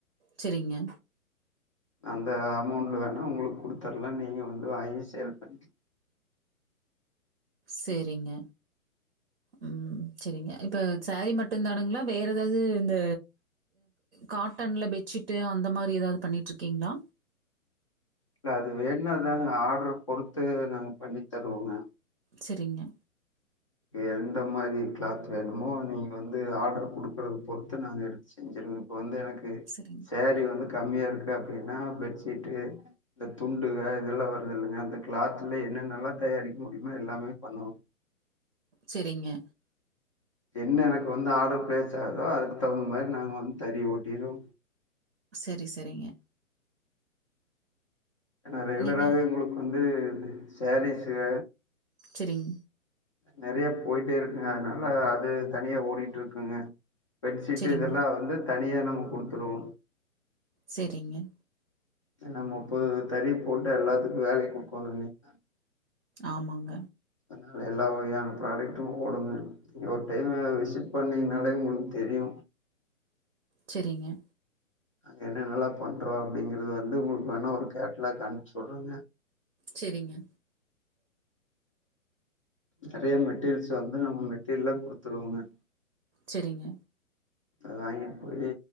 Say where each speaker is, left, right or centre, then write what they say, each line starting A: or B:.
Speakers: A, on the right; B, on the left.
A: செரிங்க
B: அந்த அமௌண்ட் வேணா உங்களுக்கு குடுத்தர்லா நீங்க வந்து வாங்கி சேல் பண்ணிக்கலா
A: சேரிங்க ம் சேரிங்க இப்ப சாரீ மட்டுந்தானுங்களா வேற எதாவது இந்த காட்டன்ல பெட்ஷீட்டு அந்த மாரி எதாவது பண்ணிட்டு இருக்கீங்களா
B: இல்ல அது வேணுன்னா அதாங்க ஆர்டரு பொறுத்து நாங்க பண்ணித் தருவோங்க
A: செரிங்க
B: எந்த மாரி கிளாத் வேணுமோ நீங்க வந்து ஆர்டர் குடுக்குறத பொறுத்து நாங்க எடுத்து செஞ்சிருவங்க இப்ப வந்து எனக் கு
A: சரிங்க,
B: சேரி வந்து கம்மியா இருக் அப்டீனா பெட்ஷீட்டு இந்த துண்டுக இதெல்லா வருதில்லங்க அந்த கிளாத்தில்ல என்னென்னல்லா தயாரிக் முடியுமோ எல்லாமே பண்ணுவாங்க
A: செரிங்க
B: என்ன எனக்கு வந்து ஆர்டரு பிளேஸ் ஆகுதோ அதுக்கு தகுந்த மாரி நாங்க வந்து தறி ஓட்டிடுவோ
A: செரி செரிங்க
B: நா ரெகுலராவே
A: நீங்க
B: உங்குளுக்கு வந்து <unintelligible> சேரீஸ் <unintelligible>
A: செரிங்
B: நெறைய போயிட்டே இருக்குங்க அதனால அது தனியா ஓடிட்டுருக்குங்க பெட்ஷீட்டு
A: சரிங்க,
B: இதெல்லா வந்து தனியா நம்ம குடுத்துருவோ
A: செரிங்க
B: ஏன்னா முப்பது தறி போட்டு எல்லாத்துக்கு வேல குடுக்குணு இல்லைங்ளா
A: ஆமாங்க
B: அதனால் எல்லா வகையான ப்ராடக்ட்டு ஓடுங்க நீங்க ஒரு டைமு விசிட் பண்ணீங்கனாலே உங்களுக்கு தெரியு
A: செரிங்க
B: நாங்க என்னென்னல்லா பண்றோ அப்டிங்கறிறது வந்து உங்குளுக் வேணா ஒரு கேட்லாக் அனுப் சொல்றங்க
A: செரிங்க
B: நெறைய மெட்டீரீல்ஸ் வந்து நம்ம மெட்டீரீல்லா குடுத்துடுவோங்க
A: செரிங்க
B: அது வாங்கிட்டு போயி